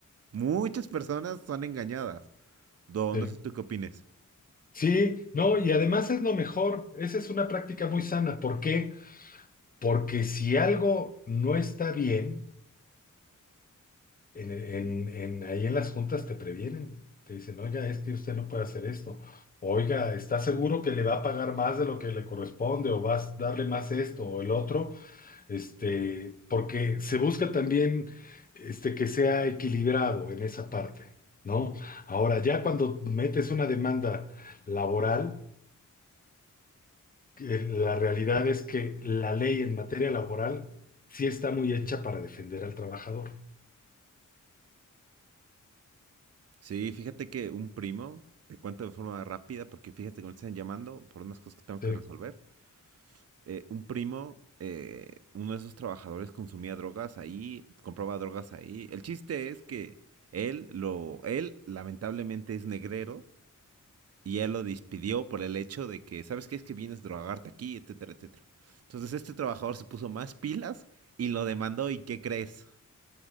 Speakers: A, on the right; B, on the left.
A: muchas personas son engañadas. Don,
B: sí.
A: no sé tú qué opines.
B: Sí, no, y además es lo mejor, esa es una práctica muy sana. ¿Por qué? Porque si algo no está bien, en, en- en- ahí en las juntas te previenen, te dicen, oiga, es que usted no puede hacer esto, oiga, ¿está seguro que le va a pagar más de lo que le corresponde o vas a darle más esto o el otro? Este, porque se busca también este, que sea equilibrado en esa parte, ¿no? Ahora, ya cuando metes una demanda laboral, que la realidad es que la ley en materia laboral sí está muy hecha para defender al trabajador.
A: Sí, fíjate que un primo, te cuento de forma rápida, porque fíjate que me están llamando por unas cosas que tengo
B: Sí,
A: que resolver. eh, un primo, eh, uno de esos trabajadores consumía drogas ahí, compraba drogas ahí. El chiste es que él lo, él lamentablemente es negrero y él lo despidió por el hecho de que, ¿sabes qué? Es que vienes a drogarte aquí, etcétera, etcétera. Entonces este trabajador se puso más pilas y lo demandó y ¿qué crees?